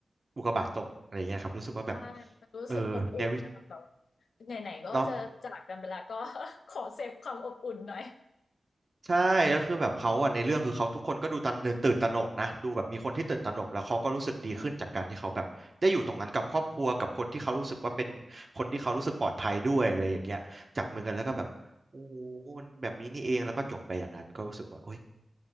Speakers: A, on the right (about 50°); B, on the left (about 80°).
A: อุกกาบาตตกอะไรอย่างเงี้ยครับรู้สึกว่าแบบ
B: ใช่ มันรู้สึกอบอุ่นนะคะแบบว่า
A: เออในวิ
B: ไหนๆก็จะจากกันไปแล้วก็
A: เนาะ
B: <laughs> ขอเซฟความอบอุ่นหน่อย
A: ใช่แล้วคือแบบเขาอะในเรื่องคือเขาทุกคนก็ดูตันตื่นตระหนกนะดูแบบมีคนที่ตื่นตระหนกแล้วเขาก็รู้สึกดีขึ้นจากการที่เขาแบบได้อยู่ตรงนั้นกับครอบครัวกับคนที่เขารู้สึกว่าเป็นคนที่เขารู้สึกปลอดภัยด้วยอะไรอย่างเงี้ยจับมือกันแล้วก็แบบโอ้มันแบบนี้นี่เองแล้วก็จบไปอย่างนั้นก็รู้สึกว่าโอ้ย